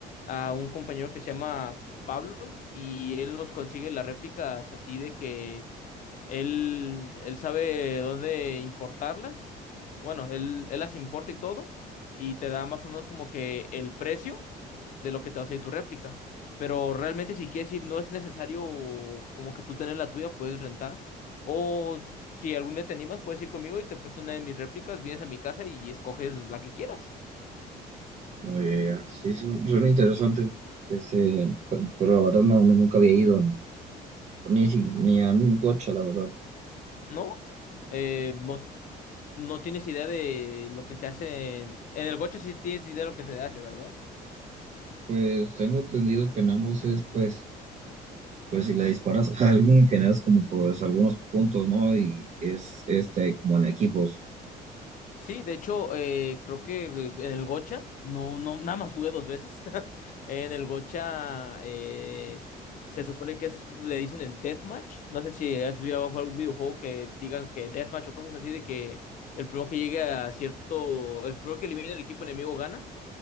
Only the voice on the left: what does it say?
a un compañero que se llama Pablo y él nos consigue las réplicas así de que él, él sabe dónde importarlas. Bueno, él, él las importa y todo. Y te da más o menos como que el precio de lo que te va a salir tu réplica. Pero realmente, si quieres ir, no es necesario como que tú tener la tuya, puedes rentar. O si algún día te animas, puedes ir conmigo y te presto una de mis réplicas, vienes a mi casa y escoges la que quieras,
¿no? Eh, no, no tienes idea de lo que se hace en, en el Gocha, sí tienes idea de lo que se hace, ¿verdad?
Sí, de hecho, eh, creo que eh, en el Gocha, no, no, nada más jugué dos veces. <laughs> En el Gocha eh, se supone que es- le dicen el deathmatch. No sé si has jugado algún videojuego que diga que deathmatch o cosas así de que el primero que llegue a cierto, el primero que elimine el equipo enemigo gana.